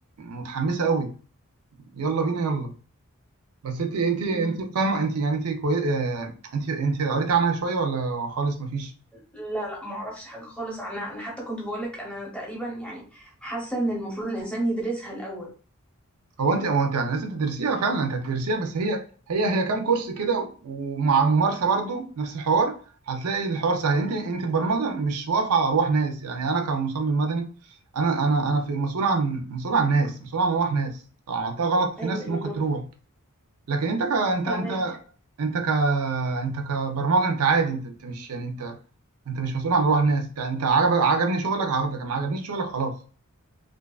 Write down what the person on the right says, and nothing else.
متحمسه قوي يلا بينا يلا بس انت انت
انت فاهمه انت يعني انت كوي... آه، انت انت قريت عنها شويه ولا خالص مفيش
هو انت هو انت يعني لازم تدرسيها فعلا انت هتدرسيها بس هي هي هي كام كورس كده ومع الممارسه برضو نفس الحوار هتلاقي الحوار سهل انت انت البرمجه مش واقفه على ارواح ناس يعني انا كمصمم مدني انا انا انا في مسؤول عن مسؤول عن ناس مسؤول عن ارواح ناس لو عملتها غلط في
ناس ممكن
تروح لكن انت ك انت
انت انت ك انت كبرمجه انت عادي انت انت مش يعني انت انت مش مسؤول عن ارواح ناس انت انت عجب عجبني شغلك عجبك ما عجبنيش شغلك خلاص